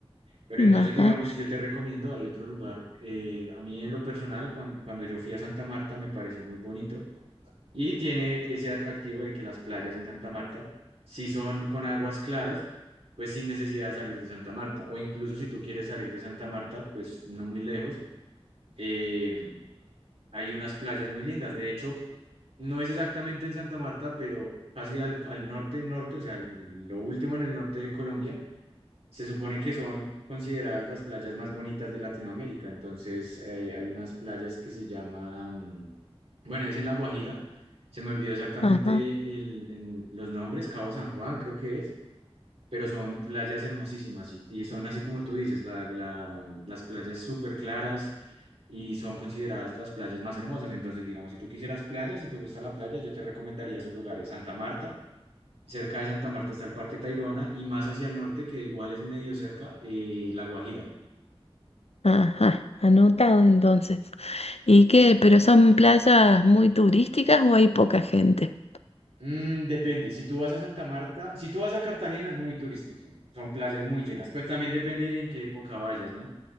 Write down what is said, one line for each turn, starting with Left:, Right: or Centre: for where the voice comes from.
Right: Pero
Left: Ajá,
Right: entonces, digamos, si yo te recomiendo, hay otro lugar. eh, a mí en lo personal, cuan- cuando yo fui a Santa Marta, me pareció muy bonito y tiene ese atractivo de que las playas en Santa Marta, si son con aguas claras, pues sin necesidad de salir de Santa Marta. O incluso si tú quieres salir de Santa Marta, pues no muy lejos, eh, hay unas playas muy lindas. De hecho, no es exactamente en Santa Marta, pero casi al, al norte, norte, o sea, al- lo último en el norte de Colombia, se supone que son consideradas las playas más bonitas de Latinoamérica. Entonces, eh, hay unas playas que se llaman bueno, es en La Guajira. Se me olvidó exactamente
Left: ajá,
Right: el- el- los nombres, Cabo San Juan creo que es, pero son playas hermosísimas y, y son así como tú dices, la- la- las playas súper claras y son consideradas las playas más hermosas. Entonces, digamos, si tú quisieras playas, si te gusta la playa, yo te recomendaría esos lugares. Santa Marta, cerca de Santa Marta está el Parque Tayrona y más hacia el norte, que igual es medio cerca, eh, La Guajira.
Left: ajá. Anotado entonces. ¿Y qué? ¿Pero son playas muy turísticas o hay poca gente?
Right: Mm, depende, si tú vas a Santa Marta, si tú vas a Cartagena es muy turístico, son playas muy llenas, pero también depende en qué época vayas, ¿no?